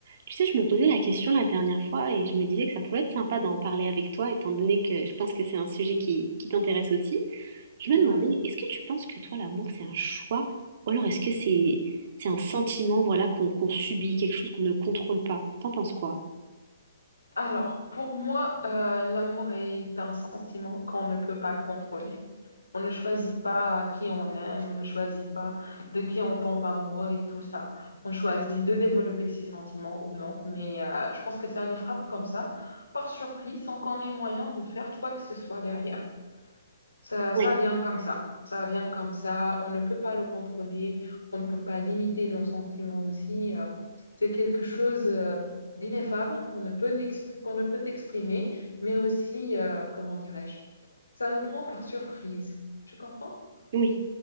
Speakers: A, on the right; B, on the left.
A: Tu sais, je me posais la question la dernière fois et je me disais que ça pouvait être sympa d'en parler avec toi, étant donné que je pense que c'est un sujet qui, qui t'intéresse aussi. Je me
B: Oui.
A: demandais, est-ce que tu penses que toi, l'amour, c'est un choix, ou alors est-ce que c'est c'est un sentiment, voilà, qu'on qu'on subit, quelque chose qu'on ne contrôle pas? T'en penses quoi?
B: Alors, pour moi, euh, l'amour est un sentiment qu'on ne peut pas contrôler. On ne choisit pas qui on aime, on ne choisit pas de qui on tombe amoureux et tout ça. On choisit de développer ses sentiments ou non, mais euh, je pense que ça nous frappe comme ça, par surprise, sans qu'on ait moyen de faire quoi que ce soit derrière. Ça,
A: Oui,
B: ça vient comme ça. Ça vient comme ça. On ne peut pas le contrôler. On ne peut pas limiter nos sentiments aussi. euh, C'est quelque chose euh, d'ineffable qu'on ne peut l'expri- qu'on ne peut exprimer, mais aussi, euh, comment dirais-je, ça nous prend par surprise. Tu comprends?
A: oui,